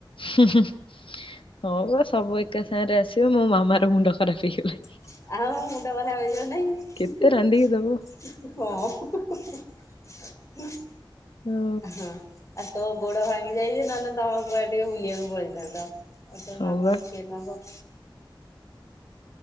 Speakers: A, on the left; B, on the left.
A: ହୁଁ ହୁଁ ହଁ ବା ସବୁ ଏକା ସାଙ୍ଗରେ ଆସିବେ ମୋ ମାମାର ମୁଣ୍ଡ ଖରାପ ହେଇଗଲାଣି।
B: ଆଉ ମୁଣ୍ଡ ଖରାପ ହେଇଯିବ ନାହିଁ ହିଁ
A: କେତେ
B: ହିଁ
A: ରାନ୍ଧିକି
B: ହୁଁ ହୁଁ
A: ଦବ।
B: ହଁ ହୁଁ ହୁଁ ହୁଁ ହୁଁ। ହୁଁ
A: ହୁଁ
B: ହଁ। ଆଉ ତୋ ଗୋଡ ଭାଙ୍ଗି ଯାଇଚି ନହେଲେ ତମ କୁଆଡ଼େ ଟିକେ ବୁଲିବାକୁ ପଳେଇଥାନ୍ତ। ଆଉ ତୋ
A: ହଁ
B: ମାମା
A: ବା
B: କୁ କେତ ନବ।